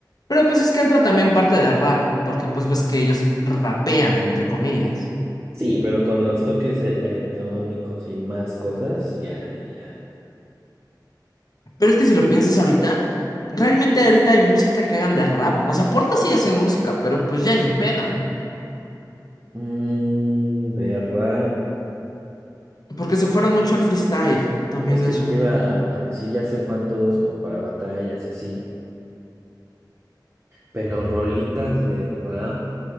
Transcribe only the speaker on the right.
Sí, pero con los toques e- electrónicos y más cosas, ya, ya, ya.
Mm, de rap.
Es que
eso te iba a, a decir, ya se fueron todos como para batallas y así. Pero rolitas de rap,